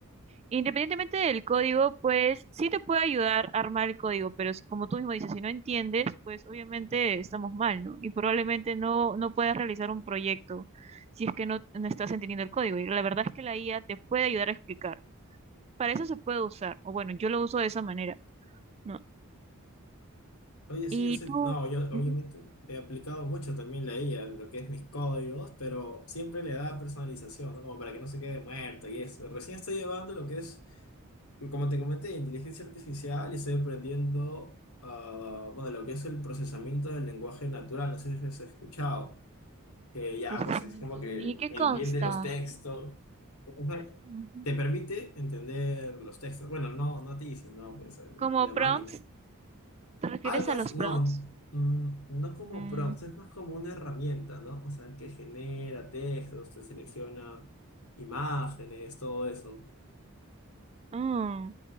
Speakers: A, on the right (about 30°); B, on the left (about 80°).
A: Independientemente del código, pues sí te puede ayudar a armar el código, pero si, como tú mismo dices, si no entiendes, pues obviamente estamos mal, ¿no? Y probablemente no, no puedas realizar un proyecto si es que no, no estás entendiendo el código. Y la verdad es que la IA te puede ayudar a explicar. Para eso se puede usar, o bueno, yo lo uso de esa manera, ¿no?
B: Oye,
A: Y
B: sí, yo soy,
A: tú,
B: no, yo
A: Ujú,
B: obviamente he aplicado mucho también la IA en lo que es mis códigos, pero siempre le da personalización, ¿no? Como para que no se quede muerto y eso. Recién estoy llevando lo que es, como te comenté, inteligencia artificial y estoy aprendiendo, ah, bueno, lo que es el procesamiento del lenguaje natural, no sé si has escuchado, que ya
A: procesamiento.
B: pues es como que
A: ¿Y qué
B: entiende
A: consta?
B: los textos. Ajá.
A: Ujú.
B: Te permite entender los textos, bueno, no, no a ti, sino pues al-
A: Como
B: a la máquina.
A: prompts, ¿te refieres
B: Algo
A: a
B: así,
A: los prompts?
B: no, mm, no como
A: Mm.
B: prompts, es más como una herramienta, ¿no? O sea, que genera textos, te selecciona imágenes, todo eso.
A: Ah,